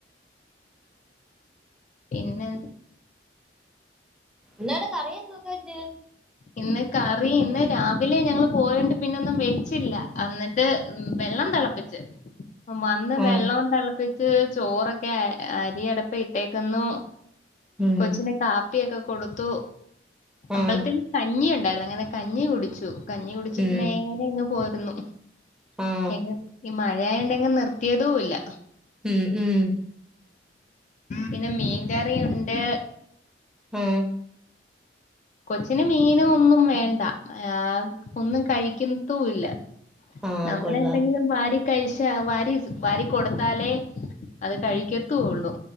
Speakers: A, on the left; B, in the centre.
A: പിന്നെ
B: ന്താണ് കറി എന്തൊക്കെ വെച്ച്
A: ഇന്ന് കറി ഇന്ന് രാവിലെ ഞങ്ങള് പോയോണ്ട് പിന്നെ ഒന്നും വെച്ചില്ല അന്ന്ട്ട് വെള്ളം തെളപ്പിച്ച് വന്ന്
B: ആഹ്
A: വെള്ളോം തെളപ്പിച്ച് ചോറൊക്കെ അരി അടപ്പേ ഇട്ടേക്കുന്നു
B: ഉം
A: കൊച്ചിന് കാപ്പിയൊക്കെ കൊടുത്തു അമ്പലത്തില്
B: ആഹ്
A: ഞ്ഞി ഇണ്ടായിരുന്നു അങ്ങനെ കഞ്ഞി കുടിച്ചു കഞ്ഞി കുടിച്ചിട്ട്
B: ഉം
A: നേരെ ഇങ്ങ് പോരുന്നു
B: ആഹ്
A: എങ്ങ് ഈ മഴയായോണ്ട് എങ്ങും നിർത്തിയതും ഇല്ല
B: ഉം ഉം
A: പിന്നെ മീൻ കറിയുണ്ട്
B: ഉം
A: കൊച്ചിന് മീന് ഒന്നും വേണ്ട ആഹ് ഒന്നും കഴിക്കത്തും ഇല്ല
B: ആഹ്
A: നമ്മള്
B: കൊള്ളാം
A: എന്തെങ്കിലും വാരി കഴിച്ച വാരി വാരി കൊടുത്താലേ അത് കഴിക്കത്തൊള്ളൂ